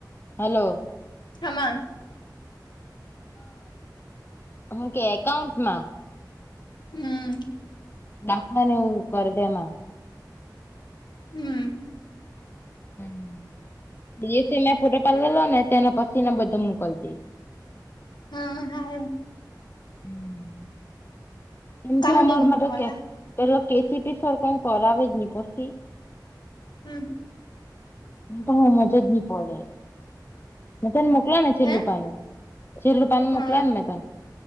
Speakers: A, on the left; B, on the left.
A: હલો
B: હામા
A: અ હું કેય એકાઉન્ટમાં.
B: હમ્મ
A: <unintelligible> એવું કર તેમાં.
B: હમ્મ
A: હમ્મ બી ઈ સી ને ફોટો પાડેલો ને તેને પછી એને બધો મોકલ જે?
B: હ હારું.
A: હમ્મ એમ
B: કાહુંડી
A: તો અમાર
B: નો
A: માટે
B: ફોટો પાડલા
A: કે પેલો કેસીપી સર કઈ કરાવેજ નહી પછી
B: આ હમ્મ
A: મન તો હમજ જ ની પડે મન તને મોકલ યોને છેલ્લું
B: હે
A: પાનું છેલ્લું પાનુ
B: હા
A: મોકલા ને મેં તને